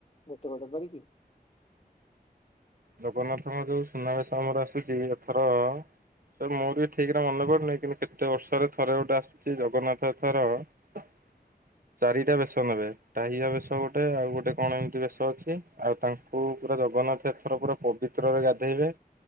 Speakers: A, on the left; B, on the right.
A: ଗୋଟେ ଗୋଟେ କରିକି।
B: ଜଗନ୍ନାଥଙ୍କ ଯୋଉ ସୁନାବେଶ ଆମର ଆସୁଛି ଏଥର ସାର୍ ମୋର ବି ଠିକ ରେ ମନେ ପାରୁୁନି କିନ୍ତୁ କେତେ ବର୍ଷରେ ଥରେ ଗୋଟେ ଆସୁଛି ଜଗନ୍ନାଥ ଏଥର। <inaudible> ଚାରିଟା ବେେଶ ନେବେ ଟାହିଆ ବେଶ ଗୋଟେ ଆଉ ଗୋଟେ କଣ ଏମିତି ବେଶ ଅଛି ଆଉ ତାଙ୍କୁ ପୁରା ଜଗନ୍ନାଥେ ଥର ପୁରା ପବିତ୍ରରେ ଗାଧୋଇବେ।